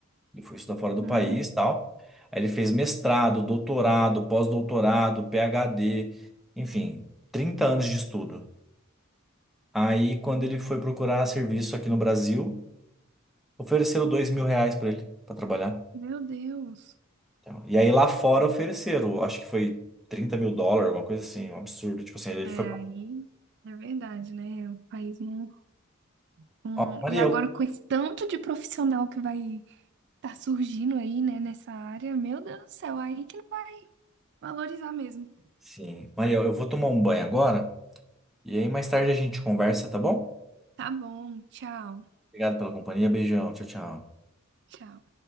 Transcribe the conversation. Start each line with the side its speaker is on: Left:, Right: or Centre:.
Centre: Ele foi estudar fora do
Right: Hum,
Centre: país e tal. Aí ele fez mestrado, doutorado, pós-doutorado, PhD, enfim, 30 anos de estudo. Aí, quando ele foi procurar serviço aqui no Brasil, ofereceram dois mil reais para ele, para trabalhar.
Right: meu Deus.
Centre: Então, e aí lá fora ofereceram, acho que foi trinta mil dólares, alguma coisa assim, um absurdo. Tipo assim, ele
Right: É,
Centre: foi. pra.
Right: aí é verdade, né? O país não. não-
Centre: Ó, Mariel,
Right: E agora com esse tanto de profissional que vai estar surgindo aí, né, nessa área, meu Deus do céu, aí que não vai valorizar mesmo.
Centre: sim, Mariel, eu vou tomar um banho agora e aí mais tarde a gente conversa, tá bom?
Right: Tá bom, tchau.
Centre: Obrigado pela companhia, beijão, tchau, tchau.
Right: Tchau.